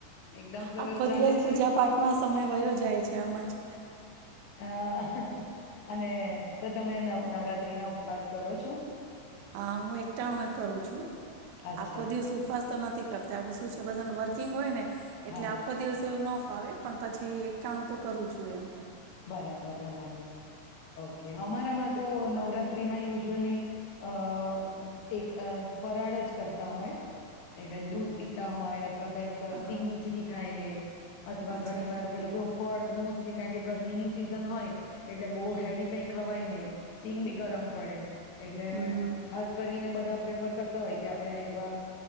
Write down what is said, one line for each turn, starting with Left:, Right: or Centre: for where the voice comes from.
Left: એકદમ સરસ
Right: આખો
Left: ચાલે
Right: દિવસ
Left: છે
Right: પૂજા પાઠમાં સમય વયો જાય છે આમ જ-
Left: અ. અને તો તમે નવ નવરાત્રી ના ઉપવાસ કરો છો?
Right: હા હું એકટાણું એ કરું છું,
Left: અચ્છા
Right: આખો દિવસ ઉપવાસ તો નથી કરતા, શું છે! બધા નો વર્કિંગ હોય ને, એટલે
Left: હા
Right: આખો દિવસે એવું ‌ન ફાવે પણ પછી એક ટાણું તો કરવું જોએ એમ
Left: બરાબર બરાબર ઓકે અમારામાં તો નવરાતિમાં યુઝુઅલી અ એક ફરાળ જ કરતા હોય એટલે દૂધ પીતા હોય, અથવા કઈક
Right: હા
Left: સીંગની
Right: હા
Left: ચીકી ખાઈ લે, અથવા
Right: અચ્છા
Left: ઘણી
Right: અચ્છા
Left: વાર પેલો કેવો ફળ મોસ્ટલી કારણ કે ગરમીની સીઝન હોય એટલે બો હેવી કઈ ખવાય નહી સિંગ બી ગરમ પડે એટલે
Right: હમ હમ
Left: ખાસ કરીને ને બધા પ્રેફર કરતા હોય કે આપણે